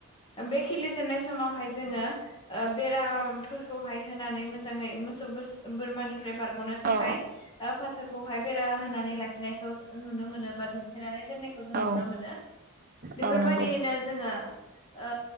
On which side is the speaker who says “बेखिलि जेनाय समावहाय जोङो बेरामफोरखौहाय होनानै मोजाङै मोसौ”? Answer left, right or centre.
Left